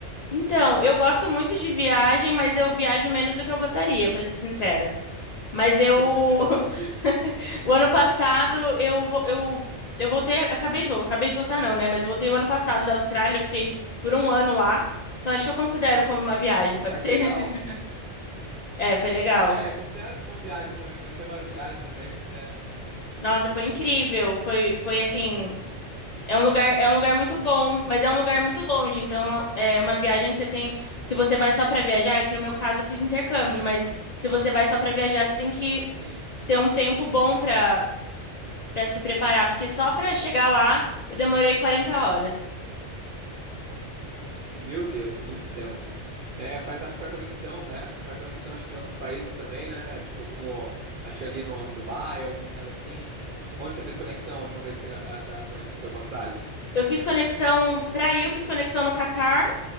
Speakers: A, on the left; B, on the right.
A: Então, eu gosto muito de viagem, mas eu viajo menos do que eu gostaria, pra ser sincera. Mas eu <laughs>
B: <laughs> Entendi.
A: O ano passado eu, vo- eu, eu voltei, acabei de voltar, acabei de voltar não, né? Mas eu voltei o ano passado da Austrália, eu fiquei por um ano lá. Então acho que eu considero como uma viagem, pode
B: Ah,
A: ser?
B: que legal.
A: <laughs> É, foi legal.
B: É, considera-se como uma viagem também, conheceu vários lugares também, né?
A: Nossa, foi incrível. Foi, foi assim, é um lugar, é um lugar muito bom, mas é um lugar muito longe. Então é uma viagem que você tem, se você vai só para viajar, é que no meu caso eu fiz intercâmbio, mas se você vai só para viajar, você tem que
B: Sim.
A: ter um tempo bom para para se preparar, porque só para chegar lá eu demorei 40 horas.
B: Meu Deus, muito tempo. É, faz, acho que faz conexão, né? Faz conexão, acho que em outros países também, né? Tipo, como, acho que ali no, em Dubai, algum lugar assim. Onde você fez conexão a última vez, que, essa, essa vez que foi pra Austrália?
A: Eu fiz conexão para ir, eu fiz conexão no Catar